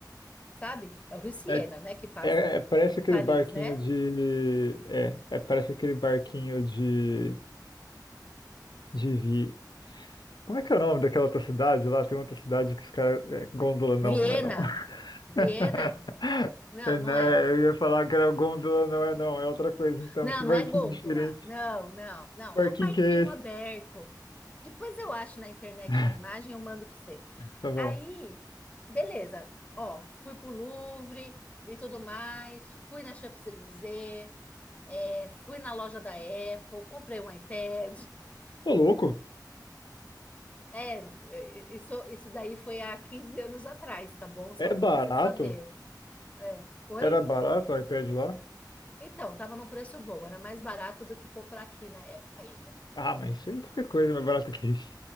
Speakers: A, on the left (about 20°); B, on the left (about 75°).
A: sabe? É o rio Siena,
B: É,
A: né? Que passa
B: é- é- parece
A: em
B: aquele
A: Paris,
B: barquinho
A: né?
B: de. É, é, parece aquele barquinho de. De, vi- Como é que é o nome daquela outra cidade lá? Tem outra cidade que os caras. É, Gôndola não,
A: Viena,
B: não é não.
A: Viena.
B: <laughs>
A: Não,
B: É,
A: não
B: né?
A: é.
B: Eu ia falar que era Gôndola, não é não. É outra coisa então.
A: Não,
B: Que barquinho
A: não é gôndola.
B: diferente.
A: Não, não, não.
B: Que
A: É
B: Barquinho
A: um barquinho
B: que é esse?
A: aberto. Depois eu acho na internet
B: <laughs>
A: uma imagem e eu mando para você.
B: Tá bom.
A: Aí, beleza. Ó, fui pro Louvre e tudo mais. Fui na Champs-Élysées. é, fui na loja da Apple. Comprei um iPad. <laughs>
B: Ô, louco.
A: É, é, isso, isso daí foi há 15 anos atrás, tá bom? Só
B: É
A: para
B: barato?
A: você saber. É. Oi?
B: Era barato o iPad lá?
A: Então, tava num preço bom. Era mais barato do que comprar aqui na época ainda.
B: Ah, mas isso aí qualquer coisa é mais barato que isso.